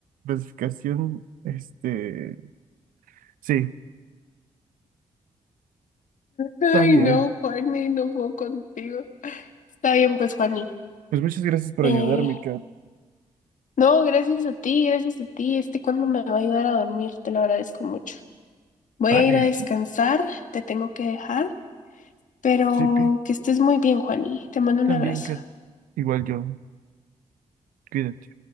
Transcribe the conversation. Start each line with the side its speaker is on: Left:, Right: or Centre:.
Right: Clasificación, este, sí,
Left: Ay,
Right: está bien.
Left: no, Juani, no puedo contigo. Está bien, pues, Juani.
Right: Pues muchas gracias por
Left: Eh,
Right: ayudarme, Kat.
Left: No, gracias a ti, gracias a ti. Este cuento me va a ayudar a dormir, te lo agradezco mucho. Voy
Right: Vale,
Left: a ir a descansar, te tengo que dejar, pero
Right: Sipi,
Left: que estés muy bien, Juani. Te mando un
Right: también,
Left: abrazo.
Right: Kat. Igual yo, cuídate.